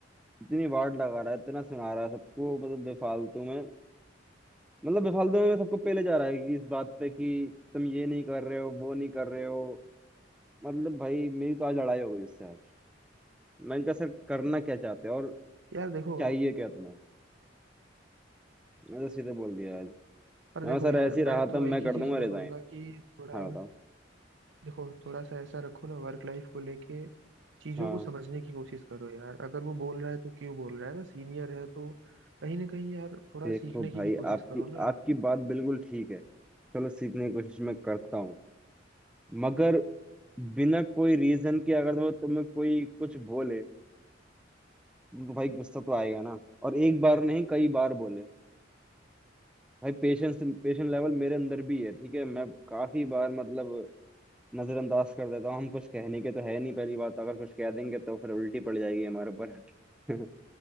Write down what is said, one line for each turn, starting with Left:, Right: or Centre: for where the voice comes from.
Centre: इतनी वार्ड लगा रहा है इतना सुना रहा है सबको मतलब बेफालतू में मतलब बेफालतू में सबको पहले जा रहा है कि इस बात पे कि तुम ये नहीं कर रहे हो वो नहीं कर रहे हो मतलब भाई मेरी तो आज लड़ाई हो गई उससे आज मैंने कहा सर करना क्या चाहते हैं और
Right: यार देखो
Centre: चाहिए क्या तुम्हें मैंने तो सीधे बोल दिया आज मैं
Right: पर देखो
Centre: कहा, सर
Right: यार
Centre: ऐसे ही रहा
Right: मैं तो
Centre: था मैं
Right: एक
Centre: कर
Right: ही चीज
Centre: दूंगा
Right: बोलूंगा
Centre: रिजाइन
Right: कि थोड़ा
Centre: हाँ बताओ
Right: देखो थोड़ा सा ऐसा रखो ना वर्क लाइफ को लेके चीजों
Centre: हाँ
Right: को समझने की कोशिश करो यार अगर वो बोल रहा है तो क्यों बोल रहा है ना सीनियर है तो कहीं ना कहीं यार थोड़ा
Centre: देखो
Right: सीखने
Centre: भाई
Right: की भी कोशिश
Centre: आपकी
Right: करो ना
Centre: आपकी बात बिल्कुल ठीक है चलो सीखने की कोशिश मैं करता हूँ मगर बिना कोई रीजन के अगर वो तुम्हें कोई कुछ बोले तो भाई गुस्सा तो आएगा ना और एक बार नहीं कई बार बोले भाई पेशेंस पेशेंट लेवल मेरे अंदर भी है ठीक है मैं काफी बार मतलब नजरअंदाज कर देता हूँ हम कुछ कहने के तो है नहीं पहली बात अगर कुछ कह देंगे तो फिर उल्टी पड़ जाएगी हमारे ऊपर <laughs>